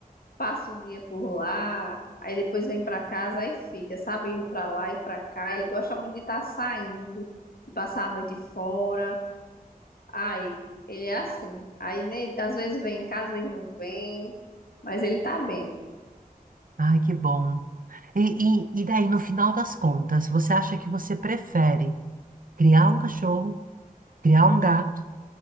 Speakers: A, on the left; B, on the right.
A: passa o dia por lá, aí depois vem pra casa, aí fica, sabe, indo pra lá e pra cá. Ele gosta muito de estar saindo, de passar a noite fora. Ai, ele é assim. Aí né, às vezes vem em casa, às vezes não vem, mas ele tá bem.
B: Ai, que bom. E, e, e daí, no final das contas, você acha que você prefere criar um cachorro, criar um gato,